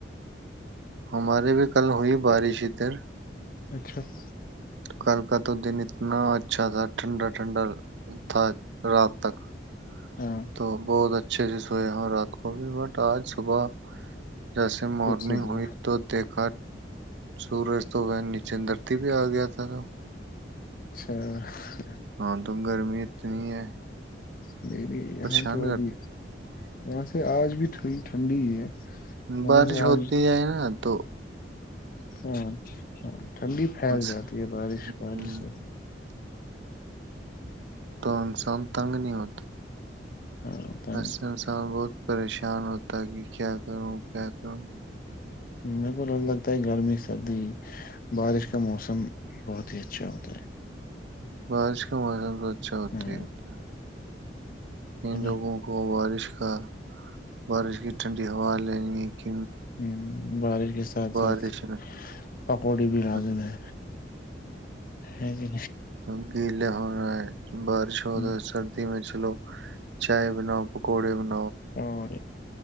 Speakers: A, on the right; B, on the left.
A: ہمارے بھی کل ہوئی بارش ادھر <unintelligible>
B: اچھا <inaudible>
A: کل کا تو دن اتنا اچھا تھا ٹھنڈا ٹھنڈا <unintelligible> تھا رات تک <inaudible>
B: ہاں
A: تو بہت اچھا <unintelligible> اچھا <inaudible> ہ رات کو بھی بٹ آج صبح جیسے مارننگ
B: خب سے د
A: ہوئی تو دیکھا سورج تو وہ نیچے درتی بھی آ گیا تھا تو <unintelligible>
B: اچھا <unintelligible>
A: ہاں تو گرمی اتنی ہے <unintelligible>
B: ج <inaudible> نہیں نہیںی یہاں
A: پریشان
B: تو
A: کر
B: ابھی
A: دیتی ہے
B: یہاں سے <unintelligible> آج بھی تھی ٹھنڈی ہی ہے <unintelligible> یہاں
A: بارش
B: سے آج
A: ہوتی جائے نا دو <inaudible>
B: ہاں ہاں ٹھنڈی پھیل
A: انس-
B: جاتی ہے بارش
A: ہوں،
B: بارش سے <inaudible>
A: تو انسام تنگ نہیں ہو
B: ہاں
A: ای انسان بہت پریشانی پشان ہوتا کہ کیا کروں کیا کروں
B: بالکل ال لگتا ہے گرمی سردی بارش کا موسم بہت ہی اچھا ہوتا ہے
A: بارش کا موسم تو اچھا ہوتے
B: ہ
A: ہی ہوتا ہے ان
B: ہے نا
A: لوگوں کو بارش کا بارش کی ٹھنڈی ہوا لینے کی
B: ہ بارش کے ساتھ
A: بارش
B: ساتھ پکوڑے
A: میں
B: بھی لازم ہے جاں جی
A: توم گیلے ہو رہا ہے بارش
B: نہیں
A: ہو تو سردی میں چلو چائے بناؤ پکوڑے بنا
B: اور